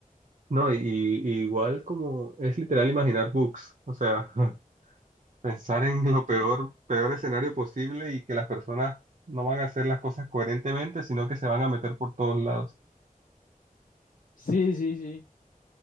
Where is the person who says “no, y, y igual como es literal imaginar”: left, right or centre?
Right